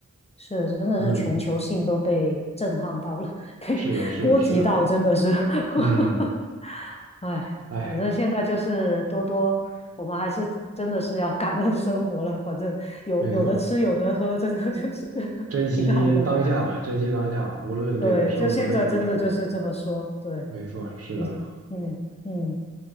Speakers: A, on the left (about 20°); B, on the right (about 50°).
A: 是，真的是全球性都被震撼到了，
B: 嗯，
A: <laughs> 被波及到，
B: 是的，是的，是的，
A: 真的是，<laughs>
B: 嗯，
A: 哎，
B: 哎，
A: 反正现在就是多多，我们还是真的是要感恩生活了，反正有有的吃，
B: 没错，
A: 有的喝，真的就是 <laughs>
B: 珍惜当下吧，
A: 挺好的了
B: 珍惜当下吧无论这个生活再怎么转变，
A: 对，就现在真的就是这么说，对
B: 没错，是的。
A: 你，嗯嗯，